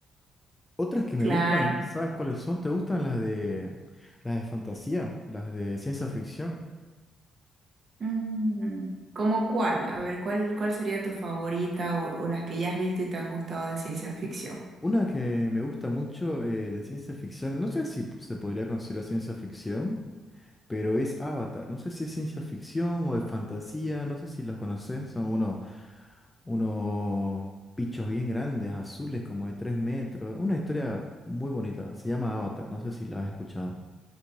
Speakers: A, on the left; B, on the right.
A: Otras que me
B: Claro.
A: gustan, ¿sabes cuáles son? ¿Te gustan las de, las de fantasía, las de ciencia ficción?
B: Mm, ¿Cómo cuál? A ver, ¿cuál, cuál sería tu favorita o, o las que ya has visto y te han gustado de ciencia ficción?
A: Una que me gusta mucho eh, de ciencia ficción, no sé si p- se podría considerar ciencia ficción, pero es Avatar. No sé si es ciencia ficción o de fantasía, no sé si los conoces. Son unos, unos bichos bien grandes, azules, como de 3 metros. Una historia muy bonita. Se llama Avatar, no sé si la has escuchado.